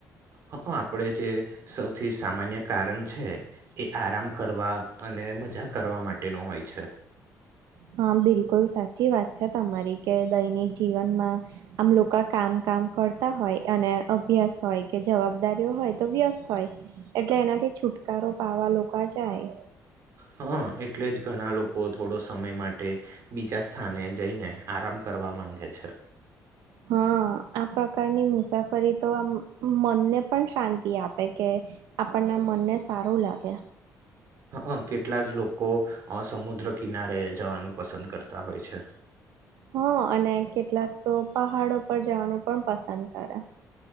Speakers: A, on the right; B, on the right.
A: હ આપણે જે સૌથી સામાન્ય કારણ છે એ. આરામ કરવા અને મજાક કરવા માટેનો હોય છે.
B: હા બિલકુલ સાચી વાત છે તમારી કે દૈનિક જીવનમાં આમ લોકો કામ કામ કરતા હોય અને અભ્યાસ હોય કે જવાબદારીઓ હોય તો વ્યસ્ત હોય એટલે એનાથી છુટકારો પાવા લોકો જાય.
A: હા એટલે જ ઘણા લોકો થોડો સમય માટે બીજા સ્થાને જઈને આરામ કરવા માંગે. થ છે.
B: હા આ પ્રકારની મુસાફરી તો આ મનને પણ શાંતિ આપે કે આપણના મનને સારું લાગે.
A: અહં કેટલા જ લોકો સમુદ્ર કિનારે જવાનું પસંદ કર તા હોય છે.
B: હા અને કેટલાક તો પહાડો પર જવાનું પણ પસંદ કરે.